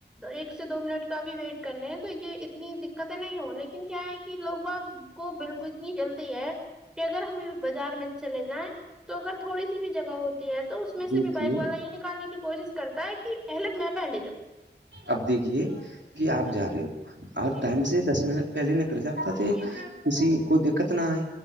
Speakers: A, in the centre; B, on the right.
A: ایک سے دو منٹ کا بھی ویٹ کر لیں ہیں تو یہ اتنی دقتیں نہیں ہو لیکن کیا ہے کہ لوگ بگ کو بالکل اتنی جلدی ہے کہ اگر ہم بازار میں چلے جائیں تو اگر تھوڑی سی بھی جگہ ہوتی ہے تو اس میں
B: دیکھیے
A: سے بھی بائک والا یہ نکالنے کی کوشش کرتا ہے کہ پہلے میں پہلے جا
B: اب دیکھیے کہ آپ
A: جی
B: جا رہے ہو آپ
A: جی
B: ٹائم سے دس منٹ پہلے نکر جتا تھ
A: جی جی
B: کسی کوئی دقت نہ آئے